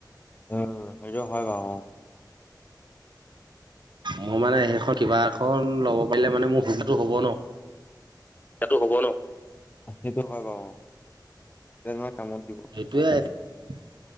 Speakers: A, on the left; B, on the right.
A: উ সেইটো হয় বাৰু অ
B: ম মানে সেইখন কিবা এখন ল'ব। পাৰে মানে মোৰ সুধাটো হব ন।
A: সটো হ'ব ন সেইটো হয় বাৰু তেহয় কামত দিব
B: সেইটোয়ে <inaudible>